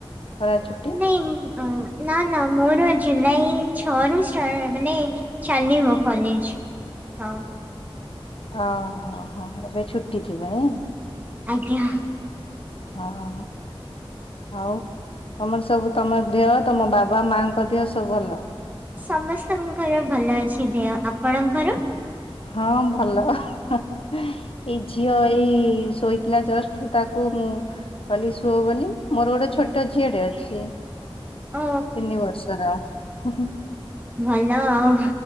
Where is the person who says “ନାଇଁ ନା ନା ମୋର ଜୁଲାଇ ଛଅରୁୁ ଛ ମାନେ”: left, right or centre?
Right